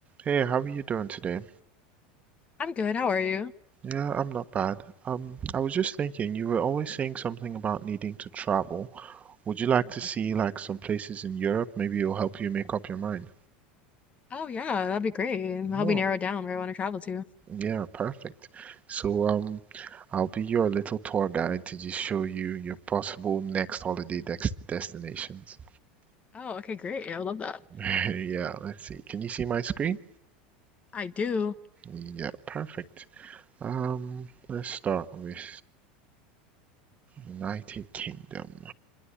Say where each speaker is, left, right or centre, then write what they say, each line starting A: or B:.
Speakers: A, on the right (about 30°); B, on the left (about 25°).
A: Hey, how are you doing today?
B: I'm good. How are you?
A: Yeah, I'm not bad. Um, I was just thinking, you were always saying something about needing to travel. Would you like to see like some places in Europe? Maybe it'll help you make up your mind.
B: Oh yeah, that'd be great. And Help
A: Well,
B: me narrow down where I want to travel to.
A: yeah, perfect. So, um, I'll be your little tour guide to just show you your possible next holiday dex destinations.
B: Oh, okay, great. I would love that.
A: <laughs> Yeah, let's see. Can you see my screen?
B: I do.
A: Yeah, perfect. Um, let's start with United Kingdom.